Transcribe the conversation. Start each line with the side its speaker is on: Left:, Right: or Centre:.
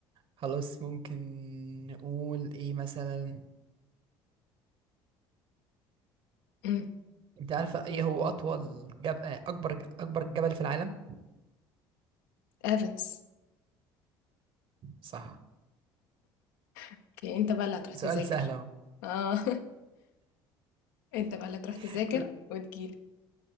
Right: خلاص ممكن نقول ايه مثلا
Left: أمم،
Right: انت عارفة ايه هو اطول جب... آه، اكبر اكبر جبل في العالم
Left: ايفنز
Right: صح
Left: اوكي انت بقى اللي هتروح
Right: سؤال
Left: تذاكر
Right: سهل اهو
Left: اه <laughs> انت بقى اللي هتروح
Right: <laughs>
Left: تذاكر
Right: كل
Left: وتجيلي